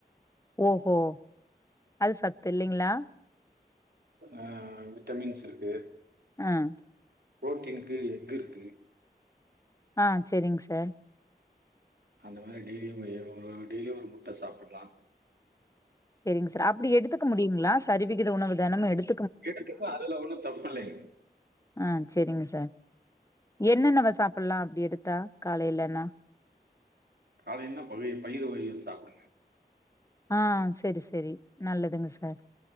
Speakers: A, on the left; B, on the right.
A: ஓஹோ அது சத்து இல்லைங்களா
B: ஆஹ் விட்டமின்ஸ் இருக்கு
A: ஆஹ்
B: புரோட்டீனுக்கு எஃக் இருக்கு
A: ஆஹ் சரிங்க சார்
B: அந்த மாதிரி டெய்லி ஒரு டெய்லியும் ஒரு முட்டை சாப்பிடலாம்
A: சரிங்க சார் அப்படி எடுத்துக்க முடியுங்களா சரிவி உணவு தானம் எடுத்து
B: எடுத்துப்ப அதுல ஒன்னும் தப்புலைங்க
A: ஆஹ் சரிங்க சார் என்னன்னவ சாப்பிடலாம் அப்படி எடுத்தா காலையிலனா
B: காலைனா பகை பயிறு வகை சாப்பிடுங்க
A: ஆஹ் சரி சரி நல்லதுங்க சார்